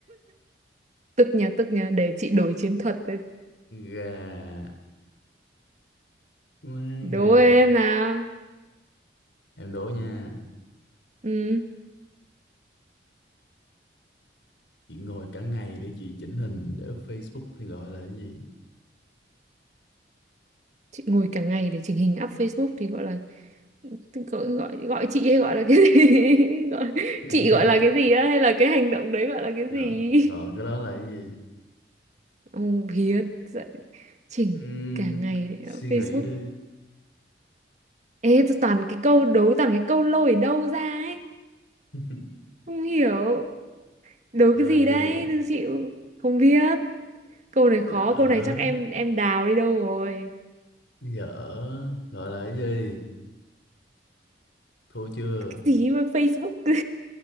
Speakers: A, on the right (about 40°); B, on the left (about 80°).
A: Tức nhờ tức nhờ Để chị đổi chiến thuật đây.
B: gà quá
A: Đố
B: gà
A: em nào
B: em đố nha
A: ừ.
B: chị ngồi cả ngày để chị chỉnh hình để up Facebook thì gọi là cái gì
A: Chị ngồi cả ngày để chỉnh hình up Facebook Thì gọi là gọi, gọi, gọi chị hay gọi là cái gì <laughs> gọi,
B: <laughs>
A: Chị gọi là cái gì á Hay là cái hành động đấy gọi là cái
B: Ngờ,
A: gì
B: gọi cái đó là cái gì
A: Ông Hiết dạy chỉnh
B: Ừm,
A: cả ngày đấy
B: suy
A: ở Facebook.
B: nghĩ đi
A: Ê, tôi toàn cái câu đố toàn cái câu lôi ở đâu ra ấy.
B: <laughs>
A: Không hiểu. Đố
B: gọi
A: cái
B: là
A: gì
B: cái
A: đấy,
B: gì
A: tôi chịu. Không biết. Câu này khó,
B: dở
A: câu này chắc em em đào đi đâu rồi.
B: dở gọi là cái gì thua chưa
A: Cái gì mà Facebook cứ